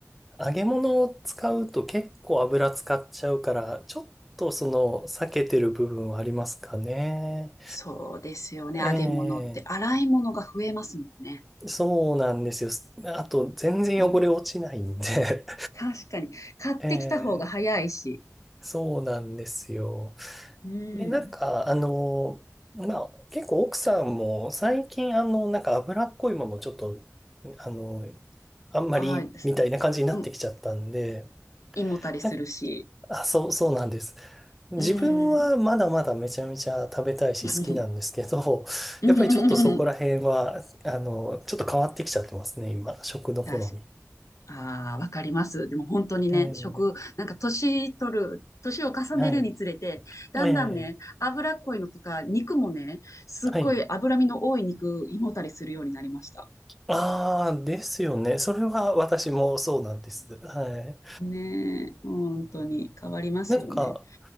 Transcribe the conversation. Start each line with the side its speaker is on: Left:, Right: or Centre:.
Centre: 揚げ物を使うと結構油使っちゃうから、ちょっとその、避けてる部分はありますかね。
Left: そうですよね。揚げ物って洗い物が増えますもんね。
Centre: ええ、そうなんですよ。あと、全然汚れ落ちないんで
Left: うん。確かに。買ってきた方が早いし、
Centre: <laughs> ええ、そうなんですよ。
Left: うん。
Centre: で、なんか、あの、まあ、結構奥さんも最近、あの、なんか脂っこいものをちょっと、あの、あんまりみたいな感じになってきちゃったんで、
Left: ああ、ですうん。胃もたれするし。
Centre: なあ、そう、そうなんです。自分はまだまだめちゃめちゃ食べたいし好きなんですけど、
Left: うん。<laughs> う
Centre: やっぱりちょっとそこら辺は、
Left: ん
Centre: あの、ちょっと変わってきちゃってますね、今、食の好み。
Left: 確か。ああ、わかります。でも本当にね、
Centre: ええ、
Left: 食、なんか年取る、年を重ねるにつれて、
Centre: はい。
Left: だんだんね、
Centre: ええ、
Left: 脂っこいのとか、肉もね、すっごい脂身の多い肉、
Centre: はい。
Left: 胃もたれするようになりました。
Centre: ああ、ですよね。それは私もそうなんです。はい。
Left: ねえ、本当に変わりますよね。
Centre: なんか、